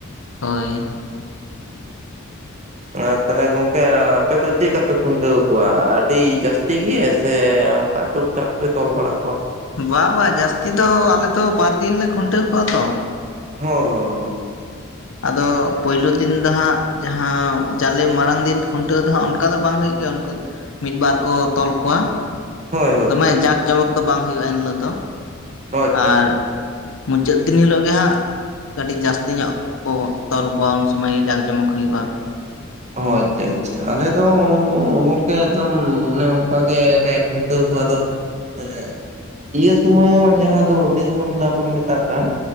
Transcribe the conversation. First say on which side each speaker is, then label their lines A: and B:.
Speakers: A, on the left (about 65°); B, on the right (about 30°).
A: ᱦᱳᱭ
B: ᱟᱨ ᱛᱟᱦᱚᱞᱮ ᱜᱚᱝᱠᱮ ᱟᱯᱮ ᱫᱚ ᱪᱮᱫ ᱠᱟᱯᱮ ᱠᱷᱩᱱᱴᱟᱹᱣ ᱠᱚᱣᱟ ᱟᱹᱰᱤ ᱡᱟᱹᱥᱛᱤ ᱜᱮ ᱥᱮ ᱚᱱᱠᱟ ᱴᱩᱠ ᱮᱴᱟᱜ ᱯᱮ ᱛᱚᱞ ᱵᱟᱲᱟ ᱠᱚᱣᱟ
A: ᱵᱟᱝ ᱵᱟᱝ ᱡᱟᱹᱥᱛᱤ ᱫᱚ ᱟᱞᱮᱫᱚ ᱵᱟᱨ ᱫᱤᱱ ᱞᱮ ᱠᱷᱩᱱᱴᱟᱹᱣ ᱠᱚᱜᱣᱟ ᱛᱚ
B: ᱦᱚ ᱦᱚ
A: ᱟᱫᱚ ᱯᱳᱭᱞᱳ ᱫᱤᱱ ᱫᱚ ᱦᱟᱸᱜ ᱡᱟᱦᱟᱸ ᱡᱟᱞᱮ ᱢᱟᱲᱟᱝ ᱫᱤᱱ ᱠᱷᱩᱱᱴᱟᱹᱣ ᱫᱚ ᱦᱟᱸᱜ ᱚᱱᱠᱟ ᱫᱚ ᱵᱟᱝ ᱦᱩᱭᱩᱜ ᱜᱮᱭᱟ ᱱᱠᱩ ᱢᱤᱫᱵᱟᱨ ᱠᱚ ᱛᱚᱞ ᱠᱚᱣᱟ
B: ᱦᱳᱭ ᱦᱳᱭ
A: ᱫᱚᱢᱮ ᱡᱟᱠ ᱡᱚᱢᱚᱠ ᱫᱚ ᱵᱟᱝ ᱦᱩᱭᱩᱜ-ᱟ ᱮᱱᱦᱤᱞᱳᱜ ᱫᱚ
B: ᱦᱳᱭ ᱟᱪᱪᱷᱟ
A: ᱟᱨ
B: ᱟᱪᱪᱷᱟ
A: ᱢᱩᱪᱟᱹᱫ ᱫᱤᱱ ᱦᱤᱞᱳᱜ ᱜᱮ ᱦᱟᱸᱜ ᱠᱟᱹᱴᱤᱡ ᱡᱟᱹᱥᱛᱤ ᱧᱚᱜ ᱠᱚ ᱛᱚᱞ ᱠᱚᱣᱟ ᱩᱱ ᱥᱩᱢᱟᱹᱭ ᱡᱟᱠ ᱡᱚᱢᱚᱠ ᱦᱩᱭᱩᱜ-ᱟ
B: ᱚ ᱟᱪᱪᱷᱟ ᱟᱪᱪᱷᱟ ᱟᱞᱮ ᱫᱚ ᱜᱚᱝᱠᱮ ᱮᱠᱫᱚᱢ ᱚᱱᱮ ᱚᱱᱠᱟ ᱜᱮᱞᱮ ᱠᱷᱩᱱᱴᱟᱹᱣ ᱠᱚᱣᱟ ᱟᱫᱚ ᱮᱜ ᱤᱭᱟᱹ ᱥᱚᱢᱚᱭ ᱦᱚᱸ ᱡᱟᱦᱟᱸ ᱫᱚ <unintelligible> ᱵᱚᱱ ᱢᱮᱛᱟᱜ ᱠᱟᱱ